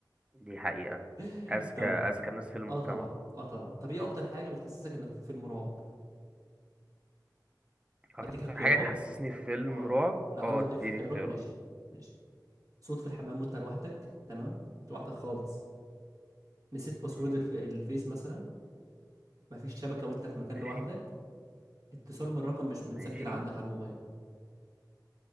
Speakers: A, on the right; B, on the right.
A: دي حقيقة
B: <laughs>
A: اذكى
B: طب
A: اذكى الناس في المجتمع
B: اه طبعا اه طبعا طب ايه اكتر حاجة بتحسسك انك في فيلم رعب
A: اكتر
B: اديك اختيارات
A: حاجة تحسسني في فيلم
B: اه
A: رعب
B: لا حابب
A: اه
B: اديك
A: اديني
B: اختيارات
A: اختيارات
B: ماشي ماشي صوت في الحمام وانت لوحدك تمام انت لوحدك خالص نسيت باسورد
A: آه،
B: الف- الفيس مثلا مفيش شبكة وانت في مكان
A: ماشي
B: لوحدك اتصال من رقم مش متسجل
A: ماشي
B: عندك على الموبايل